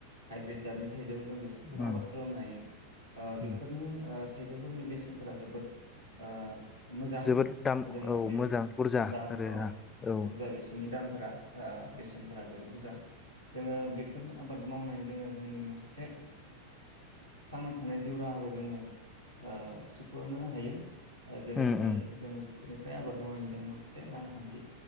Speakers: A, on the right (about 80°); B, on the left (about 20°).
A: हाइब्रिड जादनि थाइजौ जों बेफोरखौबो
B: उम
A: आबाद खालामनो हायो ओ
B: उम
A: बेफोरनि ओ थाइजौफोरनि बेसेनफोरा जोबोद ओ मोजां
B: जोबोद दाम
A: जोङो
B: औ
A: बे
B: मोजां बुरजा
A: दामखौ
B: आरो औ
A: बुरजा बिसोरनि दाम फोरा ओ बेसेनफोरा जोबोद बुजा जोङो बेफोर आबाद मावनाय जोङो जोंनि माखासे थांना थानाय जिउ राहाखौ जोङो ओ सुखनो हायो। ओ जेरैहाय
B: उम उम।
A: जोङो बेफोरनिफ्राय आबाद मावनायनि जों माखासे रांखान्थि